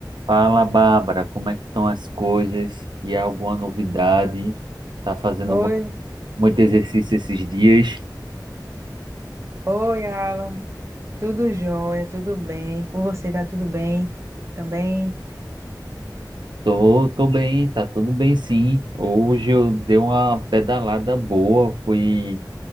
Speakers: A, on the right; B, on the right.
A: Fala, Bárbara, como é que estão as coisas? E há alguma novidade? Tá fazendo
B: Oi,
A: mu- muito exercício esses dias?
B: oi, Alan. Tudo jóia, tudo bem? Com você tá tudo bem também?
A: Tô, tô bem, tá tudo bem sim. Hoje eu dei uma pedalada boa, fui,